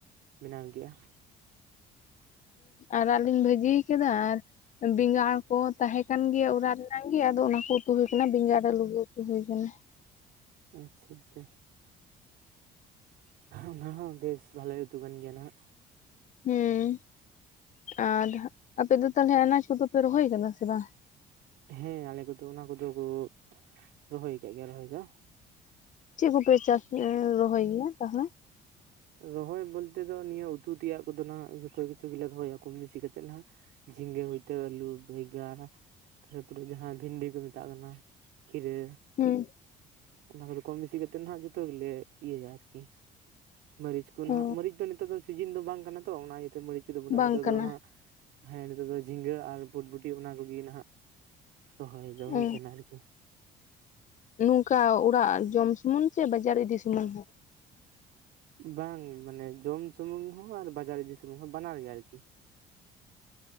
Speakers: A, on the right; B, on the left.
A: ᱵᱮᱱᱟᱣ ᱜᱮᱭᱟ
B: ᱟᱨᱟᱜ ᱞᱤᱧ ᱵᱷᱟᱹᱡᱤᱭ ᱠᱟᱫᱟ ᱟᱨ ᱵᱮᱸᱜᱟᱲ ᱠᱚ ᱛᱟᱦᱮᱸ ᱠᱟᱱ ᱜᱮᱭᱟ ᱚᱲᱟᱜ ᱨᱮᱱᱟᱜ ᱜᱮ ᱟᱫᱚ ᱚᱱᱟᱠᱚ ᱩᱛᱩ ᱦᱩᱭ ᱟᱠᱟᱱᱟ ᱵᱮᱸᱜᱟᱲ ᱟᱨ ᱟᱞᱩ ᱜᱮ ᱩᱛᱩ ᱦᱩᱭ ᱟᱠᱟᱱᱟ
A: ᱟᱪᱪᱷᱟ ᱟᱪᱪᱷᱟ ᱚᱱᱟ ᱦᱚᱸ ᱵᱮᱥ ᱵᱷᱟᱞᱮ ᱩᱛᱩ ᱠᱟᱱ ᱜᱮᱭᱟ ᱱᱟᱜ
B: ᱦᱮᱸ ᱟᱨ ᱟᱯᱮ ᱫᱚ ᱛᱟᱦᱚᱞᱮ ᱟᱱᱟᱡ ᱠᱚᱫᱚ ᱯᱮ ᱨᱚᱦᱚᱭ ᱟᱠᱟᱫᱟ ᱥᱮ ᱵᱟᱝ
A: ᱦᱮᱸ ᱟᱞᱮ ᱠᱚᱫᱚ ᱚᱱᱟ ᱠᱚᱫᱚ ᱠᱚ ᱨᱚᱦᱚᱭ ᱟᱠᱟᱜ ᱜᱮᱭᱟ ᱟᱞᱮ ᱥᱮᱫ ᱫᱚ
B: ᱪᱮᱫ ᱠᱚᱯᱮ ᱪᱟᱥ ᱨᱚᱦᱚᱭ ᱜᱮᱭᱟ ᱛᱟᱦᱚᱞᱮ
A: ᱨᱚᱦᱚᱭ ᱵᱚᱞᱛᱮ ᱫᱚ ᱱᱤᱭᱟᱹ ᱩᱛᱩ ᱛᱮᱭᱟᱜ ᱠᱚᱫᱚ ᱡᱚᱛᱚ ᱠᱤᱪᱷᱩ ᱜᱮᱞᱮ ᱨᱚᱦᱚᱭᱟ ᱠᱚᱢ ᱵᱤᱥᱤ ᱠᱟᱛᱮᱫ ᱱᱟᱜ ᱡᱷᱤᱸᱜᱟᱹ ᱦᱩᱛᱟ ᱟᱞᱩ ᱵᱮᱸᱜᱟᱲ ᱛᱟᱨᱟᱯᱚᱨᱮ ᱡᱟᱦᱟᱸ ᱵᱷᱤᱱᱰᱤ ᱠᱚ ᱢᱮᱛᱟᱜ ᱠᱟᱱᱟ ᱠᱷᱤᱨᱟᱹ
B: ᱦᱩᱸ
A: ᱚᱱᱟ ᱠᱚᱨᱮ ᱠᱚᱢ ᱵᱮᱥᱤ ᱠᱟᱛᱮ ᱱᱟᱜ ᱡᱚᱛᱚ ᱜᱮᱞᱮ ᱤᱭᱟᱹᱭᱟ ᱟᱨᱠᱤ ᱢᱟᱹᱨᱤᱪ ᱠᱚ ᱱᱟᱦᱟᱜ
B: ᱚ
A: ᱢᱟᱹᱨᱤᱪ ᱫᱚ ᱱᱤᱛᱚᱜ ᱫᱚ ᱥᱤᱡᱤᱱ ᱫᱚ ᱵᱟᱝ ᱠᱟᱱᱟ ᱛᱚ ᱚᱱᱟ ᱤᱭᱟᱹᱛᱮ ᱢᱟᱹᱨᱤᱪ ᱠᱚᱫᱚ ᱵᱟᱹᱱᱩᱜᱼᱟ
B: ᱵᱟᱝ
A: ᱱᱤᱛᱚᱜ
B: ᱠᱟᱱᱟ
A: ᱫᱚ ᱱᱟᱦᱟᱜ ᱦᱮᱸ ᱱᱤᱛᱚᱜ ᱫᱚ ᱡᱷᱤᱸᱜᱟᱹ ᱟᱨ ᱵᱩᱨᱵᱩᱴᱤ ᱚᱱᱟ ᱠᱚᱜᱮ ᱱᱟᱦᱟᱜ ᱨᱚᱦᱚᱭ ᱫᱚ ᱦᱩᱭ
B: ᱚ
A: ᱟᱠᱟᱱᱟ ᱟᱨᱠᱤ
B: ᱱᱚᱝᱠᱟ ᱚᱲᱟᱜ ᱡᱚᱢ ᱥᱩᱢᱩᱝ ᱥᱮ ᱵᱟᱡᱟᱨ ᱤᱫᱤ ᱥᱩᱢᱩᱱ ᱦᱚᱸ
A: ᱵᱟᱝ ᱢᱟᱱᱮ ᱡᱚᱢ ᱥᱩᱢᱩᱝ ᱦᱚᱸ ᱟᱨ ᱵᱟᱡᱟᱨ ᱤᱫᱤ ᱥᱩᱢᱩᱝ ᱦᱚᱸ ᱵᱟᱱᱟᱨ ᱜᱮ ᱟᱨᱠᱤ